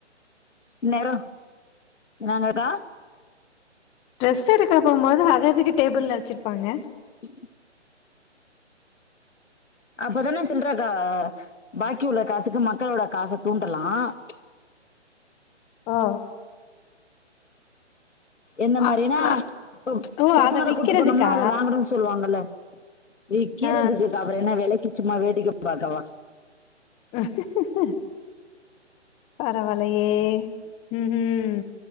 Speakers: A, on the left (about 85°); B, on the left (about 15°).
A: இன்நேர என்னாங்கக்கா
B: ட்ரெஸ் எடுக்க போம்போது அது எதுக்கு டேபிள்ல வெச்சிருப்பாங்க
A: <inaudible> அப்பதானே சில்ற கா பாக்கி உள்ள காசுக்கு மக்களோட காச தூண்டலா <inaudible>
B: ஓ
A: என்ன மாரினா
B: அ அ
A: டுக்
B: ஓ
A: பசங்கள
B: அத விக்கிறதுக்கா
A: கூட்டு போனம்னா அத வாங்கணுன் சொல்லுவாங்கல்ல விக்கீறதுக்கு
B: ஆ ஆ
A: பாக்குறேனா வெலைக்கு சும்மா வேடிக்க பாக்கவா
B: ஹஹிகக பரவால்லயே ம் ம்